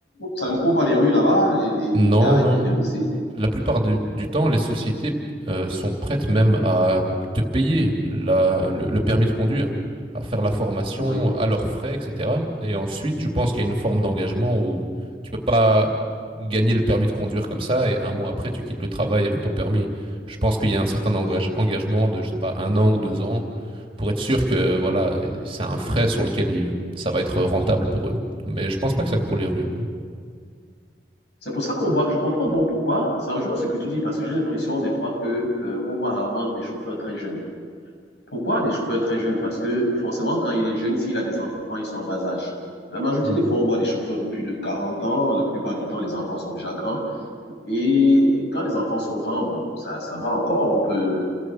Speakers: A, on the left; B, on the right.
A: ça ne court pas les rues là-bas, les, les,
B: Non,
A: les gars arrêtent
B: non.
A: les permis C.
B: La plupart du, du temps, les sociétés euh, sont prêtes même à te payer la- le, le permis de conduire, à faire la formation
A: Oui,
B: à leurs frais, etc. Et ensuite, je pense qu'il y a une forme d'engagement où tu peux pas gagner le permis de conduire comme ça et un mois après, tu quittes le travail avec ton permis. Je pense qu'il y a un certain
A: oui.
B: engage- engagement de, je sais pas, un an ou deux ans pour être sûr que voilà, c'est un frais sur lequel il- ça va être rentable pour eux. Mais je pense pas que ça court les rues.
A: C'est pour ça qu'on voit, je comprends bon pourquoi, ça rejoint ce que tu dis, parce que j'ai l'impression des fois que, euh, on voit rarement des chauffeurs très jeunes. Pourquoi des chauffeurs très jeunes? Parce que forcément, quand il est jeune, s'il a des enfants, ils sont en bas âge. La majorité
B: Mhm.
A: des fois, on voit des chauffeurs de plus de 40 ans. La plupart du temps, les enfants sont déjà grands. Et quand les enfants sont grands, bon, ça, ça va encore. On peut